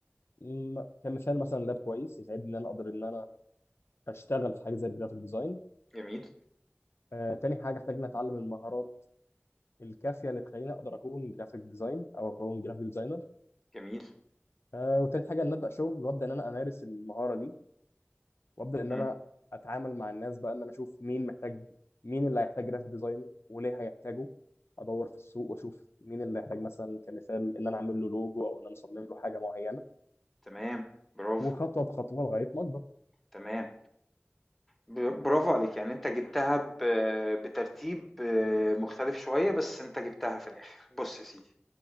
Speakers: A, on the left (about 70°); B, in the centre.
A: م- كمثال مثلا لاب كويس يساعدني ان انا اقدر ان انا اشتغل في حاجه زي الجرافيك ديزاين
B: جميل
A: آه، تاني حاجة احتاج إني أتعلم المهارات الكافية اللي تخليني أقدر أكون جرافيك ديزاين أو أكون جرافيك ديزاينر
B: جميل
A: آه، وتالت حاجة إن أبدأ شغل وأبدأ إن أنا أمارس المهارة دي وأبدأ إن
B: مم.
A: أنا أتعامل مع الناس بقى إن أنا أشوف مين محتاج مين اللي هيحتاج جرافيك ديزاين وليه هيحتاجه أدور في السوق وأشوف مين اللي هيحتاج مثلا كمثال إن أنا أعمل له لوجو أو إن أنا أصمم له حاجة معينة
B: تمام برافو
A: وخطوة بخطوة لغاية ما أكبر
B: تمام ب- برافو عليك يعني انت جبتها ب- بترتيب آه، مختلف شوية بس انت جبتها في الاخر بص يا سيدي